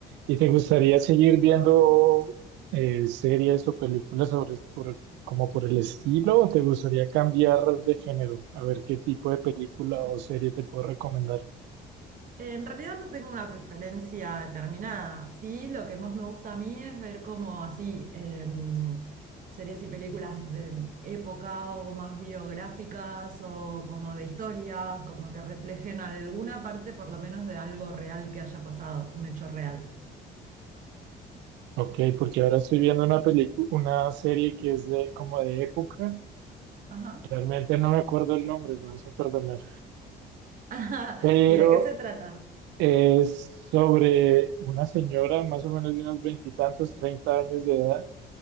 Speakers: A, on the right; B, on the right.
A: ¿Y te gustaría seguir viendo eh, series o películas sobre, por- como por el estilo o te gustaría cambiar de género? A ver qué tipo de película o serie te puedo recomendar.
B: En realidad no tengo una preferencia determinada. Sí, lo que más me gusta a mí es ver como así em, series y películas de época o más biográficas o como de historia, como que reflejen alguna parte por lo menos de algo real que haya pasado, un hecho real.
A: Ok, porque ahora estoy viendo una película, una serie que es de como de época.
B: Ajá.
A: Realmente no me acuerdo el nombre, me vas a perdonar.
B: <laughs> Ajá.
A: Pero
B: ¿Y de qué se trata?
A: es sobre una señora más o menos de unos veintitantos, treinta años de edad,